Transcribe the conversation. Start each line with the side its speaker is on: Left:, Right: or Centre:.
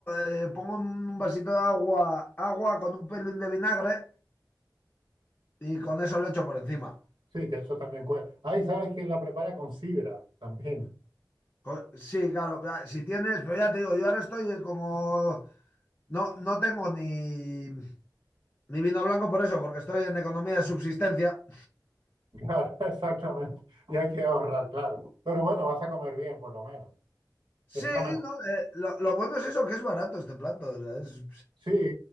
Left: eh, pongo un vasito de agua, agua con un pelín de vinagre y con eso le echo por encima.
Right: Sí, que eso también cuesta. Ahí sabes que la prepara con sidra también. <laughs>
Left: Co- Sí, claro, claro, si tienes, pero ya te digo, yo ahora estoy como, no, no tengo ni... Ni vino blanco por eso, porque estoy en economía de subsistencia.
Right: Claro, exactamente. Y hay que ahorrar, claro. Pero bueno, vas a comer bien, por lo menos. Está
Left: Sí, no, eh, lo, lo bueno es eso, que es barato este plato. o sea, es-
Right: Sí,